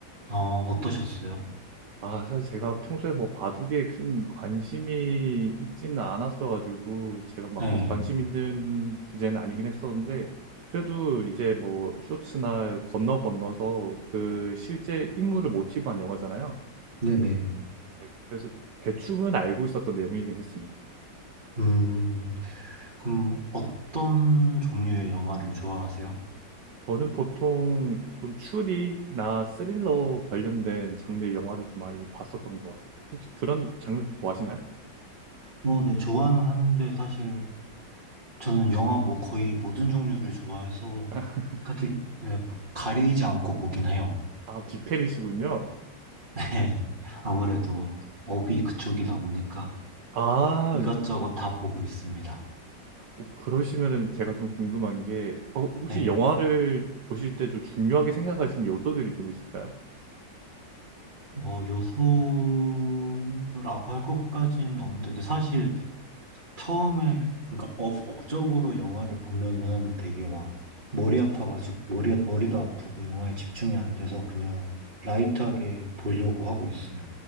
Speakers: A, on the right; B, on the right.
A: 어, 어떠셨어요?
B: 아, 사실 제가 평소에 뭐 바둑에 큰 관심이 있지는 않았어가지고 제가 막그
A: 네.
B: 관심 있는 주제는 아니긴 했었는데 그래도 이제 뭐 쇼츠나 건너 건너서 그 실제 인물을 모티브한 영화잖아요.
A: 네네.
B: 네, 그래서 대충은 알고 있었던 내용이긴 했습니다.
A: 음, 그럼 어떤 종류의 영화를 좋아하세요?
B: 저는 보통 조금 추리나 스릴러 관련된 장르의 영화를 좀 많이 봤었던 것 같아요. 혹시 그런 장르 좋아하시나요?
A: 어, 네, 좋아는 하는데 사실 저는 영화 뭐 거의 모든 종류를 좋아해서
B: <laughs>
A: 딱히 예 뭐 가리지 않고 보긴 해요.
B: 아, 빅팬이시군요.
A: 네, 아무래도 업이 그쪽이다 보니까
B: 아,
A: 이것저것 다 보고 있습니다.
B: 어, 그러시면은 제가 좀 궁금한 게, 어, 혹시
A: 네,
B: 영화를 보실 때 좀 중요하게 생각하시는 요소들이 좀 있을까요?
A: 뭐 요소라고 할 것까지는 없는데 근데 사실 처음에 그러니까 업, 업적으로 영화를 보면은 되게 막 머리 아파가지고 머리 머리도 아프고 영화에 집중이 안 돼서 그냥 라이트하게 보려고 하고 있어요.